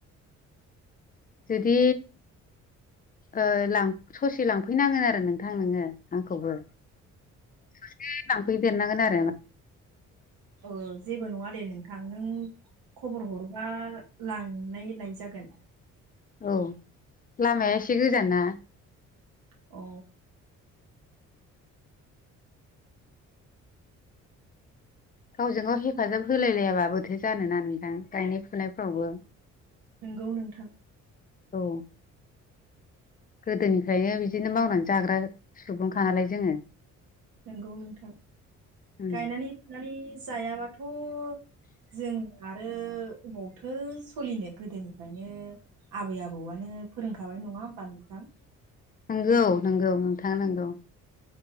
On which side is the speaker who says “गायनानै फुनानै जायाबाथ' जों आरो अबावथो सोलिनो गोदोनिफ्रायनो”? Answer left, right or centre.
Right